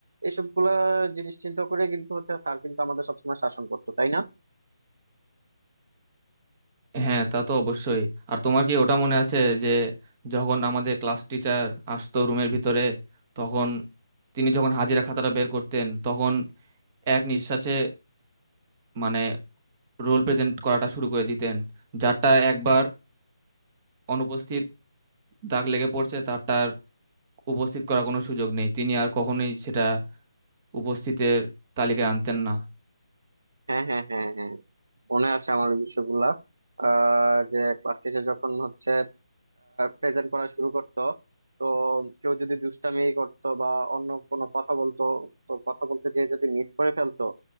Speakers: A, on the right (about 65°); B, on the right (about 20°).
A: এইসব গুলা জিনিস চিন্তা করে কিন্তু হচ্ছে স্যার কিন্তু আমাদের সবসময় শাসন করতো তাই না
B: হ্যাঁ তা তো অবশ্যই আর তোমার কি ওটা মনে আছে যে যখন আমাদের ক্লাস টিচার আসতো রুমের ভিতরে তখন তিনি যখন হাজিরা খাতাটা বের করতেন তখন এক নিঃশ্বাসে মানে রোল প্রেজেন্ট করাটা শুরু করে দিতেন যারটা একবার অনুপস্থিত দাগ লেগে পড়ছে তারটার উপস্থিত করার কোনো সুযোগ নেই তিনি আর কখনোই সেটা উপস্থিতের তালিকায় আনতেন না
A: হ্যাঁ হ্যাঁ হ্যাঁ হ্যাঁ মনে আছে আমার ওই বিষয়গুলা আহ যে ক্লাস টিচার যখন হচ্ছে প্রেজেন্ট করা শুরু করতো তো কেউ যদি দুষ্টামি করতো বা অন্য কোনো কথা বলতো তো কথা বলতে যে যদি মিস করে ফেলতো